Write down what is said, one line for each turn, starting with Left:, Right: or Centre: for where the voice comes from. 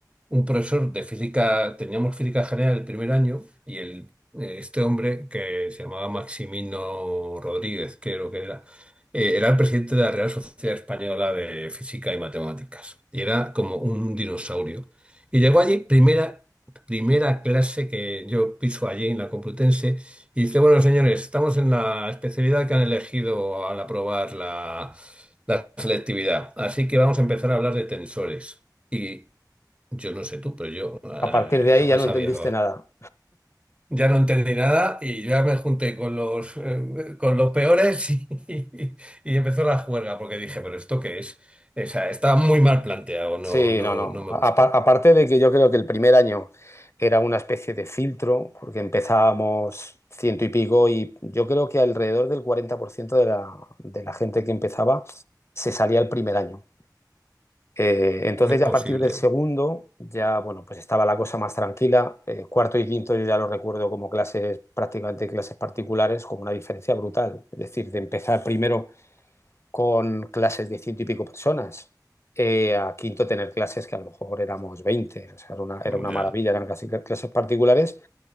Right: un profesor de física, teníamos física general el primer año y el, eh, este hombre que se llamaba Maximino Rodríguez, creo que era, eh, era el presidente de la Real Sociedad Española de Física y Matemáticas y era como un dinosaurio. Y llegó allí, primera, primera clase que yo piso allí en la Complutense, y dice, bueno, señores, estamos en la especialidad que han elegido al aprobar la... la selectividad. Así que vamos a empezar a hablar de tensores. y yo no sé tú, pero yo eh,
Left: A partir de
Right: jamás
Left: ahí ya no entendiste
Right: había...
Left: nada.
Right: Ya no entendí nada y yo ya me junté con los, eh, con los peores y, <laughs> y empezó la juerga porque dije, pero ¿esto qué es? O sea, estaba muy mal planteado, no,
Left: Sí,
Right: no,
Left: no, no.
Right: no me
Left: A-
Right: gustó.
Left: a- aparte de que yo creo que el primer año era una especie de filtro, porque empezábamos ciento y pico y yo creo que alrededor del 40% de la, de la gente que empezaba se salía el primer año. Eh, entonces
Right: Es
Left: ya
Right: posible.
Left: a partir del segundo, ya bueno, pues estaba la cosa más tranquila. Eh, cuarto y quinto yo ya lo recuerdo como clases, prácticamente clases particulares, con una diferencia brutal. Es decir, de empezar primero con clases de ciento y pico personas, eh, a quinto tener clases que a lo mejor éramos veinte O sea, era una, era una
Right: Ya.
Left: maravilla, eran casi clases particulares